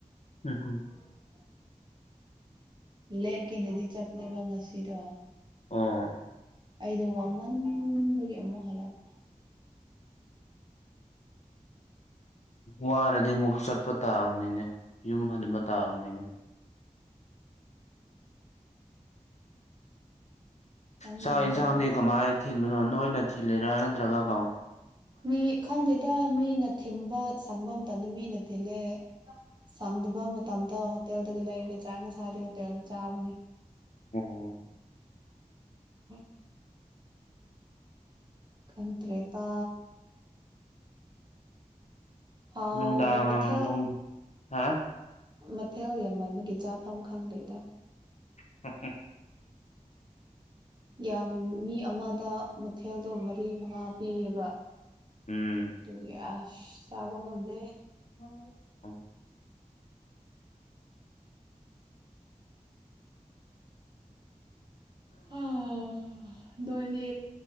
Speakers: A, on the left; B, on the right.
A: ꯎꯝ ꯎꯝ
B: <unintelligible> ꯂꯦꯛꯀꯦꯅꯗꯤ ꯆꯠꯄꯅꯦꯕ ꯉꯁꯤꯗꯣ
A: ꯎꯝ
B: ꯑꯩꯗꯣ ꯋꯥꯃꯟꯕꯒꯤ ꯑꯃꯨꯛ ꯍꯜꯂꯛ
A: ꯋꯥꯔꯗꯤ ꯑꯃꯨꯛ ꯆꯠꯄ ꯇꯥꯕꯅꯤꯅꯦ ꯌꯨꯝ ꯍꯟꯕ ꯇꯥꯕꯅꯤꯅꯦ
B: ꯈꯪꯗ꯭ꯔꯦꯗ
A: ꯆꯥꯛ ꯏꯟꯁꯥꯡꯗꯤ ꯀꯃꯥꯏ ꯊꯤꯟꯕꯅꯣ ꯅꯣꯏꯅ ꯊꯤꯜꯂꯤꯔꯥ ꯅꯠꯇ꯭ꯔꯒ ꯀꯥꯎ
B: ꯃꯤ ꯈꯪꯗꯦꯗ ꯃꯤꯅ ꯊꯤꯟꯕ ꯁꯪꯕ ꯃꯇꯝꯗ ꯃꯤꯅ ꯊꯤꯜꯂꯦ ꯁꯪꯗꯕ ꯃꯇꯝꯗ ꯍꯣꯇꯦꯜꯗꯒꯤ ꯂꯩꯔꯒ ꯆꯥꯏ ꯉꯁꯥꯏꯗꯤ ꯍꯣꯇꯦꯜ ꯆꯥꯕꯅꯤ
A: ꯑꯣ
B: <unintelligible> ꯈꯪꯇ꯭ꯔꯦꯇꯥ ꯍꯥꯎ
A: ꯅꯨꯡꯗꯥꯡ
B: ꯃꯊꯦꯜ
A: ꯅꯨꯡ ꯍꯥ
B: ꯃꯊꯦꯜ ꯌꯥꯝꯃꯟꯕꯒꯤ ꯆꯥꯐꯝ ꯈꯪꯗꯦꯗ꯫
A: <unintelligible>
B: ꯌꯥꯝ ꯃꯤ ꯑꯃꯗ ꯃꯊꯦꯜꯗꯣ ꯃꯔꯤ ꯃꯉꯥ ꯄꯤꯌꯦꯕ꯫
A: ꯎꯝ
B: ꯑꯗꯨꯒꯤ ꯑꯁ ꯆꯥꯕ ꯉꯝꯗꯦ꯫
A: <unintelligible>
B: <unintelligible> ꯅꯣꯏꯅꯤ